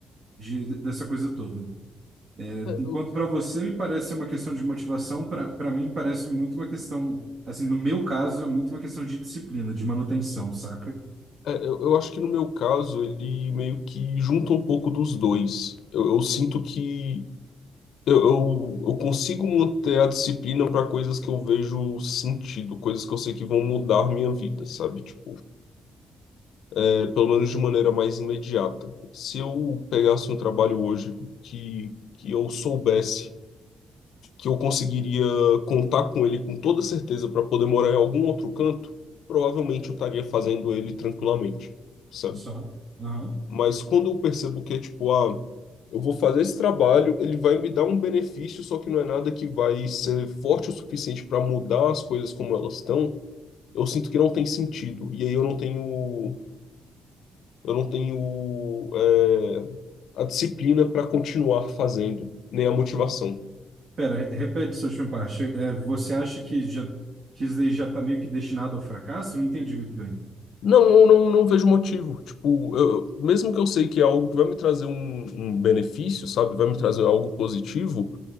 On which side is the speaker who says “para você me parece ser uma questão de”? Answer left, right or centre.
Right